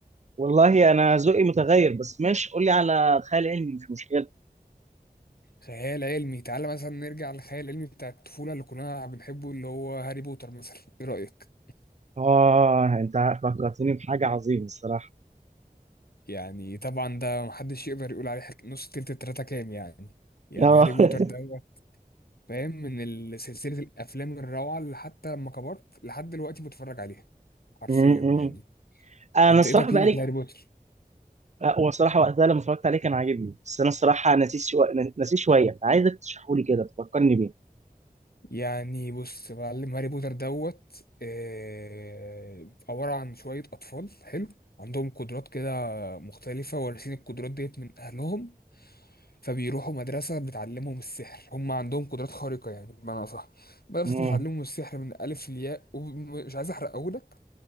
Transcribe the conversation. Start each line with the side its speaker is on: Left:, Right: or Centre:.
Right: والله انا ذوقي متغير بس ماشي قول لي على خيال علمي مش مشكله
Left: خيال علمي تعالى مثلا نرجع للخيال العلمي بتاع الطفولة اللي كنا بنحبه اللي هو هاري بوتر مثلا ايه رأيك؟
Right: اه انت فكرتني بحاجه عظيمه الصراحه
Left: <laughs> يعني طبعا ده محدش يقدر يقول عليه حك... نص تلت التلاتة كام يعني يعني
Right: اه
Left: هاري بوتر
Right: <laughs>
Left: ده هو فاهم من ال- سلسلة الأفلام الروعة اللي حتى لما كبرت لحد دلوقتي بتفرج عليها حرفيا
Right: م-
Left: يعني
Right: م. انا
Left: انت
Right: الصراحه
Left: ايه تقييمك
Right: بقالي
Left: لهاري بوتر؟
Right: هو الصراحه وقتها لما اتفرجت عليه كان عاجبني بس انا الصراحه نسيت شويه نسيت شويه عايزك تشرحه لي كده تفكرني بيه
Left: يعني بص معلم هاري بوتر دوت آه، عبارة عن شوية أطفال حلو عندهم قدرات كده مختلفة وارثين القدرات ديت من أهلهم فبيروحوا مدرسة بتعلمهم السحر هم عندهم قدرات خارقة يعني بمعنى أصح مدرسة
Right: مم.
Left: بتعلمهم السحر من ألف لياء ومش عايز أحرق أقولك